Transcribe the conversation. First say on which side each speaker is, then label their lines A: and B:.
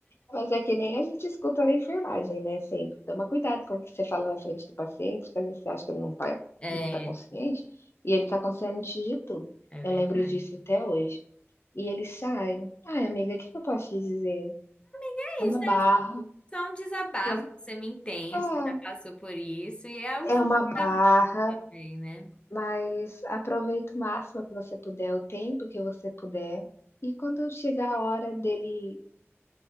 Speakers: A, on the left; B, on the left.
A: Mas é que nem a gente escuta na enfermagem, né, sempre. Toma cuidado com o que você fala na frente do paciente, porque às vezes você acha que ele não tá
B: é,
A: não tá consciente, e ele tá consciente de tudo.
B: é
A: Eu
B: verdade.
A: lembro disso até hoje. E ele sai: "Ai amiga, o que que eu posso te dizer?
B: É
A: É uma
B: isso,
A: barra,
B: é só um desabafo,
A: é um
B: você me entende,
A: é,
B: você já passou por isso, e é o
A: é
B: ciclo
A: uma
B: da
A: barra,
B: vida também, né?
A: mas aproveita o máximo que você puder, o tempo que você puder, e quando chegar a hora dele